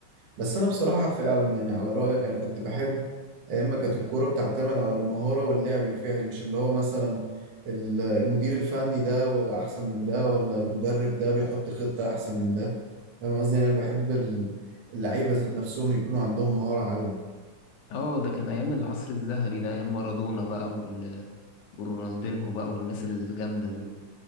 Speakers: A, on the right; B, on the left.
A: بس انا بصراحه فعلا يعني على رايك انا كنت بحب اما كانت الكوره بتعتمد على المهاره واللعب الفعلي مش اللي هو مثلا ال- المدير الفني ده واحسن من ده ولا المدرب ده بيحط خطه احسن من ده فاهم قصدي يعني انا بحب ال- اللعيبه ذات نفسهم يكونوا عندهم مهاره عاليه
B: اه ده كان ايام العصر الذهبي ده ايام مارادونا بقى وال... ورونالدينهو بقى والناس الجامده دي